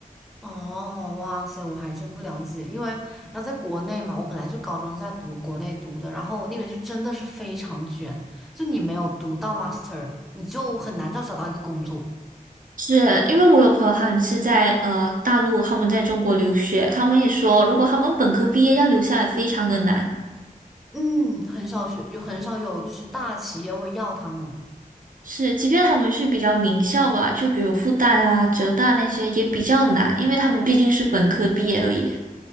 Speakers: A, in the centre; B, on the right.
A: 哦，哇塞，我还真不了解，因为然后在国内嘛，我本来就高中在读国内读的，然后那边就真的是非常卷，就你没有读到 master，你就很难找找到一个工作。
B: 是因为我有朋友他们是在呃大陆，他们在中国留学，他们也说如果他们本科毕业要留下来非常的难。
A: 嗯，很少是有很少有就是大企业会要他们。
B: 是，即便他们是比较名校吧，就比如复旦啊、浙大那些也比较难，因为他们毕竟是本科毕业而已，